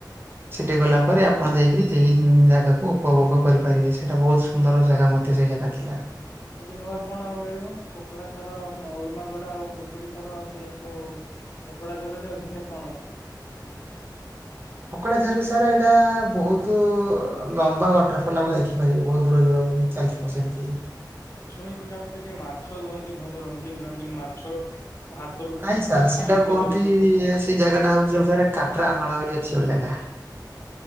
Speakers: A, on the right; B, on the left.
A: ସେଠି ଗଲା ପରେ ଆପଣ ଯାଇକିରି ଯେହି ଜାଗାକୁ ଉପଭୋଗ କରିପାରିବେ ସେଇଟା ବହୁତ ସୁନ୍ଦର ଜାଗା ମଧ୍ୟ ସେଇ ଜାଗା ଥିଲା।
B: ସେଠି ନୂଆ କଣ ଆଉ ମିଳିବ କୋକଡା ଝର ଉରୁମାଗଡା ଆଉ ପୁତୁଡି ଠାରୁ ଆଉ ସେଇ ଯୋଉ କକୁଡାଝରରେ ଅଧିକା କଣ ଅଛି?
A: କୋକଡା ଝରରେ ସାରା ଏଇଟା ବହୁତ ଲମ୍ବା ୱାଟରଫଲ ଆପଣ ଦେଖି ପାରିବେ ବହୁତ ଦୂର ଦୂର ବି ଚାଲି ବ ସେନ୍ତି।
B: ଶୁଣିଚି କାଳେ ସେଠି ମାଛ ରୁହନ୍ତି ଭଲ ରଙ୍ଗୀନ ରଙ୍ଗୀନ ମାଛ। ହାତରୁ
A: ନାଇଁ ସାର୍
B: ଖାଆନ୍ତି
A: ସେଟା କୁହନ୍ତି
B: ବୋଲି ଲୋକ କୁହନ୍ତି।
A: ସେଇ ଜାଗାଟା ହଉଛି ମରେ କାଟ୍ରା ମାଳା ବୋଲି ଅଛି ଗୋଟେ ଜାଗା।